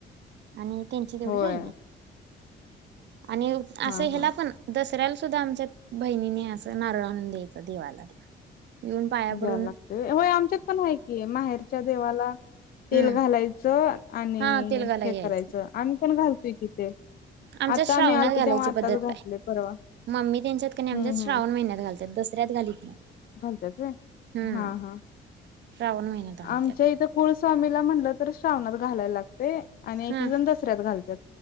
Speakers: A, on the right (about 60°); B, on the left (about 50°).
A: आणि त्यांची तेवढी
B: होय
A: राहिल्या आणि
B: हा
A: असं ह्याला
B: हा
A: पण दसऱ्याला सुद्धा आमच्यात बहिणीने असं नारळ आणून द्यायचं देवाला येऊन पाया
B: द्यायला
A: पडून
B: लागत व आमच्यात पण आहे की माहेर च्या देवाला, तेल
A: हम्म
B: घालायचं, आणि
A: हा तेल घालायला
B: हे
A: यायचं
B: करायचं, आम्ही पण घालतोऽऽ त की तीत,
A: आमच्या
B: आता
A: श्रावणात
B: आम्ही आलतो
A: घालायची
B: तेव्हा आताच
A: पद्धत
B: घातलेय
A: आहे
B: परवा.
A: मम्मी त्यांच्यात क नै आमच्यात,
B: हम्म
A: श्रावण महिन्यात घालतात दसऱ्यात घालीत नाहीत.
B: घालत्यात वय,,,
A: हम्म
B: हा, हा.
A: श्रावण महिन्यात घालत्यात
B: आमच्या इथं कुळ स्वामीला म्हणलं तर श्रावणात घालायला लागतऽऽ तय, आणि एक,
A: हा
B: एक जण दसऱ्यात घालतात,